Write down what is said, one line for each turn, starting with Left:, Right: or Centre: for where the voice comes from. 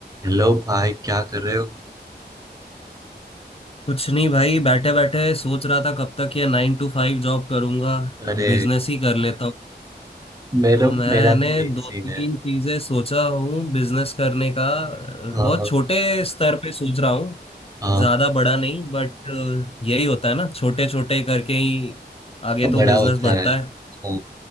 Right: Hello भाई क्या कर रहे हो
Left: कुछ नहीं भाई बैठे बैठे सोच रहा था कब तक ये नाइन टू फाइव जॉब करूंगा
Right: अरे
Left: बिजनेस ही कर लेता हूँ
Right: मेरा
Left: तो मैंने
Right: मेरा भी यही
Left: दो
Right: सीन
Left: तीन
Right: है
Left: चीजें सोचा हूँ बिजनेस करने का अ,
Right: हाँ
Left: बहुत
Right: हाँ
Left: छोटे स्तर पे सोच रहा हूँ
Right: हाँ
Left: ज्यादा बड़ा नहीं बट यही होता है ना छोटे छोटे करके ही आगे
Right: अब बड़ा
Left: तो बिजनेस
Right: होता
Left: बढ़ता
Right: है हाँ
Left: है